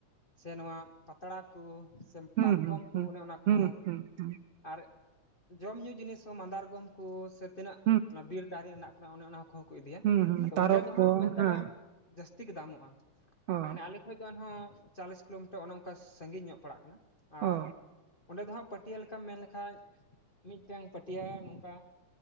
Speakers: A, on the left (about 85°); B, on the right (about 75°).
A: ᱥᱮ ᱱᱚᱣᱟ ᱯᱟᱛᱲᱟ ᱠᱩ, ᱥᱮ
B: ᱦᱩᱸ
A: ᱯᱟᱨᱠᱚᱢ
B: ᱦᱩᱸ
A: ᱠᱩ,
B: ᱦᱩᱸ
A: ᱚᱱᱮ ᱚᱱᱟ ᱠᱚᱦᱚᱸ
B: ᱦᱩᱸ ᱦᱩᱸ ᱦᱩᱸ
A: ᱟᱨ ᱡᱚᱢ ᱧᱩᱩ ᱡᱤᱱᱤᱥ ᱦᱚᱸ ᱢᱟᱸᱫᱟᱨᱜᱚᱢ ᱠᱩ, ᱥᱮ ᱛᱤᱱᱟᱹᱜ
B: ᱦᱩᱸ
A: ᱚᱱᱟ ᱵᱤᱨ ᱫᱟᱨᱮ ᱨᱮᱱᱟᱜ ᱠᱟᱱᱟ, ᱚᱱᱮ ᱚᱱᱟ ᱠᱚᱦᱚᱸ ᱠᱚ ᱤᱫᱤᱭᱟ᱾
B: ᱦᱩᱸ ᱦᱩᱸ
A: ᱟᱫᱚ
B: ᱛᱟᱨᱚᱵ
A: ᱚᱸᱰᱮ ᱫᱚ
B: ᱠᱚ
A: ᱦᱟᱸᱜ ᱢᱮᱱ ᱫᱟᱲᱮᱭᱟᱜ
B: ᱦᱮᱸ
A: ᱟᱢ ᱡᱟᱹᱥᱛᱤ ᱜᱮ ᱫᱟᱢᱚᱜᱼᱟ
B: ᱚ
A: ᱢᱟᱱᱮ ᱟᱞᱮ ᱠᱷᱚᱡ ᱫᱚ ᱮᱱᱦᱚᱸ ᱪᱟᱞᱞᱤᱥ ᱠᱤᱞᱳᱢᱤᱴᱟᱨ ᱚᱱᱮ ᱚᱱᱠᱟ ᱥᱟᱺᱜᱤᱧ ᱧᱚᱜ ᱯᱟᱲᱟᱜ ᱠᱟᱱᱟ᱾ ᱟᱨ
B: ᱚ
A: ᱚᱸᱰᱮ ᱫᱚ ᱦᱟᱸᱜ ᱯᱟᱹᱴᱭᱟᱹ ᱞᱮᱠᱟᱢ ᱢᱮᱱ ᱞᱮᱠᱷᱟᱡ ᱢᱤᱫᱴᱮᱱ ᱯᱟᱹᱴᱭᱟᱹ ᱱᱚᱝᱠᱟ